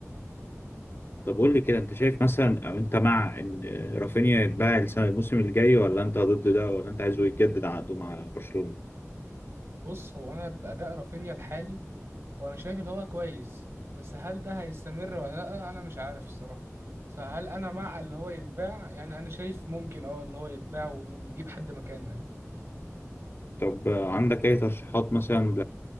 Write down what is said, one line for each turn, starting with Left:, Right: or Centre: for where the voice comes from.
Left: طب قول لي كده انت شايف مثلا او انت مع ان رافينيا يتباع السنة الموسم الجاي ولا انت ضد ده ولا انت عايزه يجدد عقده مع برشلونة
Right: بص هو انا باداء رافينيا الحالي هو انا شايف ان هو كويس بس هل ده هيستمر ولا لا انا مش عارف الصراحه فهل انا مع اللي هو يتباع يعني انا شايف ممكن اه اللي هو يتباع ونجيب حد مكانه يعني
Left: طب آه، عندك أي ترشيحات مثلا